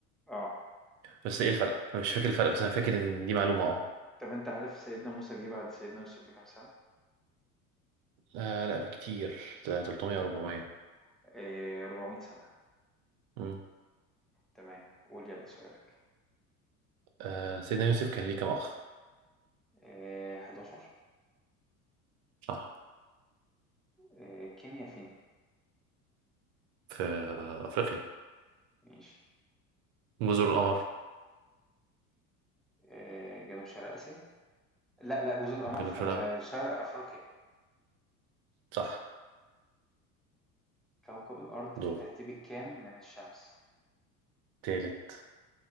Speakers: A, in the centre; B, on the right.
A: اه
B: بس إيه الفرق؟ أنا مش فاكر الفرق بس أنا فاكر إن دي معلومة أه
A: طب انت عارف سيدنا موسى جه بعد سيدنا يوسف بكام سنة؟
B: آه، لا بكتير ده 300 أو 400
A: آه 400 سنة
B: مم.
A: تمام قول يلا سؤالك
B: آه، سيدنا يوسف كان ليه كام أخ؟
A: آه 11
B: صح
A: آه كينيا فين؟
B: في أفريقيا
A: ماشي
B: جزر القمر
A: آه جنوب شرق آسيا لأ، لأ، جزر القمر
B: جنوب
A: في
B: شرق
A: شرق أفريقيا،
B: صح
A: كوكب الأرض في
B: دور
A: الترتيب الكام من الشمس؟
B: تالت